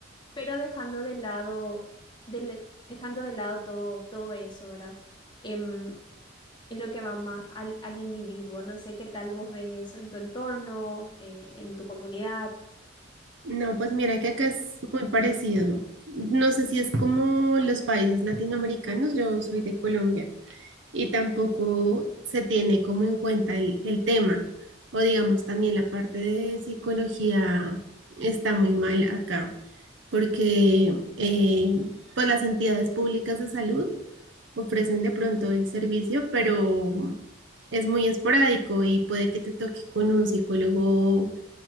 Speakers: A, on the left (about 20°); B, on the right (about 70°).
A: pero dejando de lado, de le- dejando de lado todo, todo eso, ¿verdad? Em, en lo que va más al, al individuo. No sé qué tal vos ves eso en tu entorno, eh, en tu comunidad.
B: No, pues mira que acá es muy parecido. No sé si es como los países latinoamericanos, yo soy de Colombia y tampoco se tiene como en cuenta el, el tema o digamos también la parte de psicología está muy mal acá. porque eh, pues las entidades públicas de salud ofrecen de pronto el servicio, pero es muy esporádico y puede que te toque con un psicólogo,